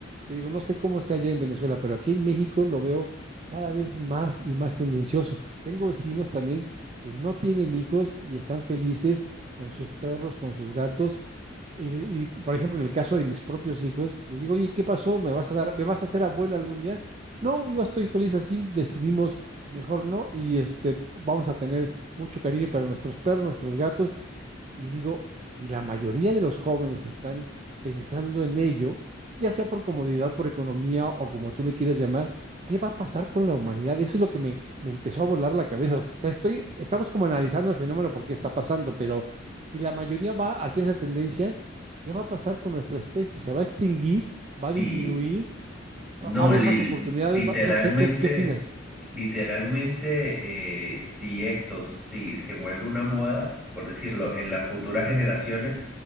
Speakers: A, on the right; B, in the centre.
A: te digo, no sé cómo sea allá en Venezuela, pero aquí en México lo veo cada vez más y más tendencioso. Tengo vecinos también que no tienen hijos y están felices con sus perros, con sus gatos, Y, y, por ejemplo, en el caso de mis propios hijos, les digo, oye, ¿qué pasó? ¿Me vas a dar, me vas a hacer abuela algún día? No, yo estoy feliz así, decidimos mejor no, y este, vamos a tener mucho cariño para nuestros perros, nuestros gatos, y digo, si la mayoría de los jóvenes están pensando en ello, ya sea por comodidad, por economía o como tú le quieras llamar, ¿qué va a pasar con la humanidad? Eso es lo que me, me empezó a volar la cabeza. O sea, estoy, estamos como analizando el fenómeno por qué está pasando, pero si la mayoría va hacia esa tendencia, ¿qué va a pasar con nuestra especie? ¿Se va a extinguir? ¿Va a
B: Y
A: disminuir?
B: no,
A: ¿Va va a haber
B: li-
A: más oportunidades?
B: literalmente,
A: Va- no sé, ¿qué, qué opinas?
B: literalmente, eh, si esto, si se vuelve una moda, por decirlo, en las futuras generaciones,